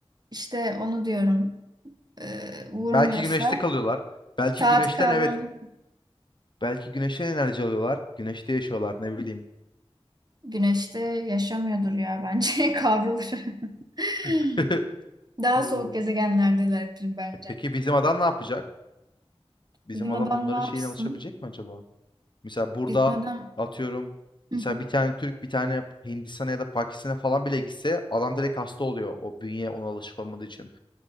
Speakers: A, on the right; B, on the left.
A: işte onu diyorum, e, vurmuyorsa
B: Belki güneşte kalıyorlar. Belki
A: saat
B: güneşten
A: kavramı
B: evet. Belki güneşten enerji alıyorlar. Güneşte yaşıyorlar ne bileyim.
A: güneşte yaşamıyordur ya bence <laughs> kavrulur. <laughs>
B: <laughs>
A: Daha
B: Hı.
A: soğuk gezegenlerdelerdir bence.
B: E Peki bizim adam ne yapacak? Bizim
A: Bizim
B: adam
A: adam
B: onların
A: ne yapsın?
B: şeyine alışabilecek mi acaba? Mesela burada
A: Bizim adam
B: atıyorum
A: Hı
B: mesela
A: hı,
B: bir tane Türk bir tane Hindistan'a ya da Pakistan'a falan bile gitse adam direkt hasta oluyor. O bünye ona alışık olmadığı için.